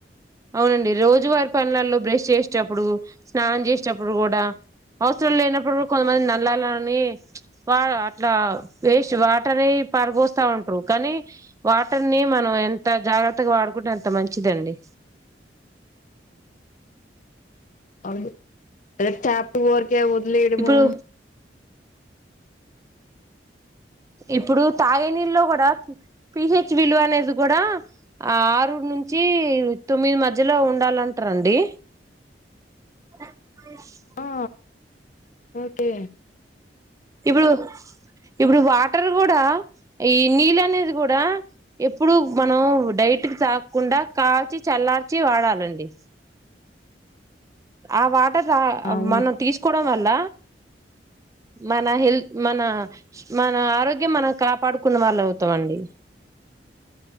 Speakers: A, on the right; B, on the left.
A: అవునండి రోజువార్ పనలల్లో బ్రేష్ జేష్టప్పుడు స్నానం జేష్టప్పుడు గూడా ఆస్టాల్ లేనప్పుడు గూంతమంది నళ్లాలని వా అట్లా వేస్ట్ వాటరే పరోవ్స్థా ఉంటారు కానీ వాటర్ని మనం ఎంత జాగ్రత్తగా వాడుకుంటే అంత మంచిదండి
B: అవు ఏద్ ట్యాపు వోరకే ఓదిలేయడము
A: ఇప్పుడు ఇప్పుడు తాగేనీళ్లో గూడా పిహెచ్విలు అనేది గూడా ఆరుర్ నుం నుంచి తొమ్మిది మధ్యలో ఉండాలంటారండి తత్ పుర్ష్
B: ఆ ఓకే
A: ఇపుడు ఇప్పుడు వాటర్ గూడా ఈ నీళ్ళ అనేది గూడా ఎప్పుడు మనం డైరెక్ట్ గా తాగకుండా కాచి చల్లాల్చి వాడాలండి ఆ వాటరా
B: అవును
A: మనం తీసకోవడం వల్ల మన హెల్త్ మన మన ఆరోగ్యం మనం కాపాడుకున్న వాళ్ళం అవుతామండి